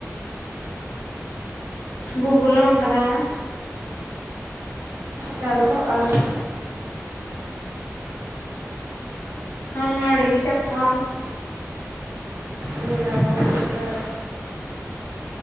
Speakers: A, on the left; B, on the right.
A: గూగుల్లో ఉంటదా
B: తెల్దు అడుగు
A: ఆల్నడిగి చెప్పవా
B: నేనడగను